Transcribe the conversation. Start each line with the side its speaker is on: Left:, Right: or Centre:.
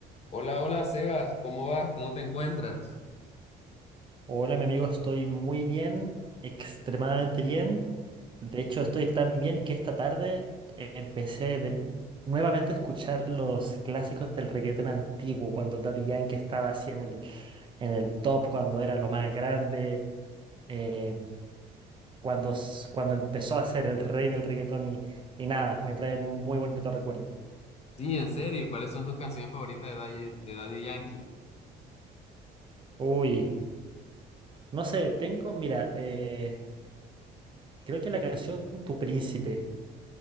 Left: Hola, hola Sebas, ¿cómo vas? ¿Cómo te encuentras?
Right: Hola, mi amigo, estoy muy bien, extremadamente bien. De hecho, estoy tan bien que esta tarde eh, empecé de- nuevamente a escuchar los clásicos del reggaetón antiguo, cuando Daddy Yankee estaba así en el, en el top, cuando era lo más grande, eh, cuando, s- cuando empezó a ser el rey del reggaetón y, y nada, me trae muy bonitos recuerdos.
Left: Sí, en serio, ¿cuáles son tus canciones favoritas de Daddy, de Daddy Yankee?
Right: Uy, no sé, tengo, mira, eh, creo que la canción Tu Príncipe.